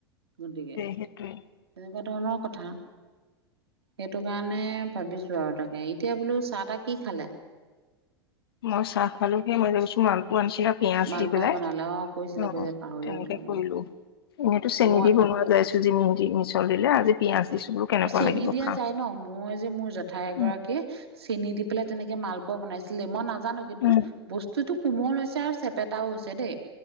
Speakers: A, on the right; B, on the left.
A: গতিকে,
B: সেইটোৱে
A: তেনেকুৱা ধৰণৰ কথা। সেইটো কাৰণে ভাবিছো আৰু তাকে, এতিয়া বোলো চাহ তাহ কি খালে?
B: মই চাহ খালো, সেই মই যে কৈছো মালটো আনিছিলে - পিয়াঁজ
A: মালপোৱা
B: দি পেলাই।
A: বনালে অ কৈছিলে
B: অ
A: কৈছিলে
B: অ,
A: পাহৰিয়ে
B: তেনেকে
A: গলো
B: কৰিলো।
A: মই
B: এনেইতো চেনি
A: মই
B: দি বনোৱা যাই চুজি যি দি মিছল দিলে আজি পিয়াঁজ দিছো বোলো। কেনেকুৱা
A: চেনী
B: লাগিব
A: দিয়া
B: খা
A: যায় ন? মই যে মোৰ জেঠাই এগৰাকীয়ে
B: উম
A: চেনি দি পেলাই তেনেকে মালপোৱা বনাইছিলে মই নাজানো কিন্তু
B: উম
A: - বস্তুটো কোমল হৈছে আৰু চেপেটাও হৈছে দেই।